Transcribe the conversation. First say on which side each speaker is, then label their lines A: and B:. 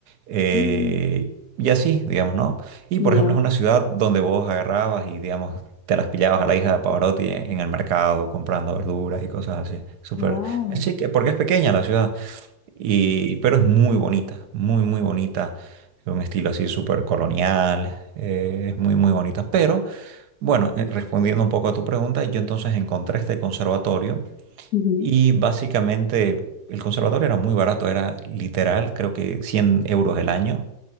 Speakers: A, on the right (about 75°); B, on the left (about 70°).
A: eh,
B: Mm,
A: y así, digamos, ¿no? Y
B: ya.
A: por ejemplo es una ciudad donde vos agarrabas y, digamos, te las pillabas a la hija de Pavarotti en en el mercado comprando verduras y cosas así. Súper,
B: Wow.
A: es chique, porque es pequeña la ciudad. Y, pero es muy bonita, muy, muy bonita. Un estilo así súper colonial. eh, es muy, muy bonita. Pero bueno, eh, respondiendo un poco a tu pregunta, yo entonces encontré este conservatorio
B: ujú.
A: y básicamente el conservatorio era muy barato, era literal, creo que 100 euros el año.